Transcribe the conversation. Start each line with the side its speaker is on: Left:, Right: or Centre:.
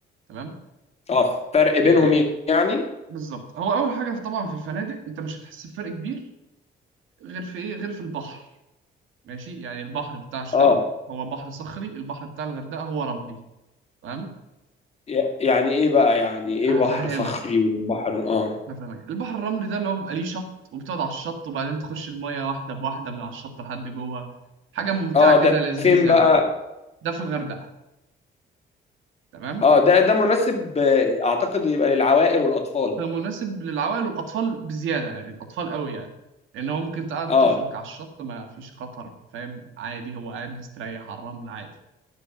Right: تمام
Left: آه فرق بينهم
Right: آه،
Left: يعني
Right: بالظبط هو اول حاجه طبعا في الفنادق انت مش هتحس بفرق كبير غير في ايه غير في البحر ماشي يعني البحر بتاع شرم
Left: آه
Right: هو بحر صخري البحر بتاع الغردقه هو رملي تمام
Left: ي- يعني إيه بقى يعني إيه
Right: هفهمك
Left: بحر صخري وبحر آه
Right: انا فاهمك البحر الرملي ده اللي هو بيبقى ليه شط وبتقعد على الشط وبعدين تخش المية واحدة بواحدة من على الشط لحد جوه حاجة ممتعة
Left: آه ده
Right: كده لذيذة
Left: فين بقى؟
Right: ده في الغردقة تمام
Left: آه ده ده مناسب آه، أعتقد يبقى للعوائل والأطفال
Right: ده مناسب للعوائل والأطفال بزيادة يعني الأطفال قوي يعني لأن هو ممكن تقعد
Left: آه
Right: طفلك على الشط ما فيش خطر فاهم عادي هو قاعد مستريح على الرمل عادي